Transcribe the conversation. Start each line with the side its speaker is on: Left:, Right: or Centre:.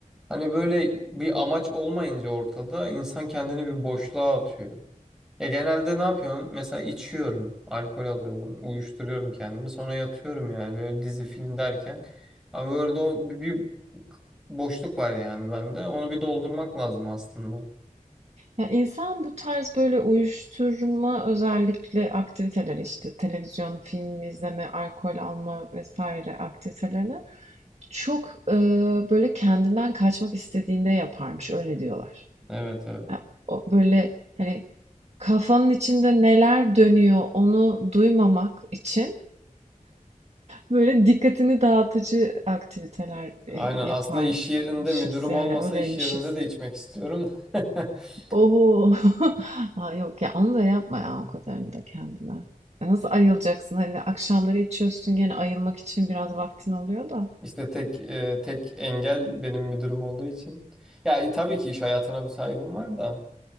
Centre: Hani böyle bir amaç olmayınca ortada insan kendini bir boşluğa atıyor. Ya genelde ne yapıyorum? Mesela içiyorum, alkol alıyorum, uyuşturuyorum kendimi. Sonra yatıyorum yani böyle dizi film derken. Ama böyle o bir, bir boşluk var yani bende. Onu bir doldurmak lazım aslında.
Right: Ya insan bu tarz böyle uyuşturma özellikle aktiviteleri işte televizyon, film izleme, alkol alma vesaire aktivitelerini çok e, böyle kendinden kaçmak istediğinde yaparmış öyle diyorlar.
Centre: Evet evet.
Right: Ya, o böyle hani kafanın içinde neler dönüyor onu duymamak için böyle dikkatini dağıtıcı aktiviteler e,
Centre: Aynen
Right: yaparmışız
Centre: aslında iş yerinde müdürüm
Right: yani
Centre: olmasa
Right: öyleymişiz
Centre: iş yerinde de içmek istiyorum. <laughs>
Right: Oo, <laughs> Aa, yok ya onu da yapma ya o kadarını da kendine. Ya Nasıl ayılacaksın? Hani akşamları içiyorsun gene ayılmak için biraz vaktin oluyor da.
Centre: İşte tek e, tek engel benim müdürüm olduğu için. Ya e, tabii ki iş hayatına bir saygım var da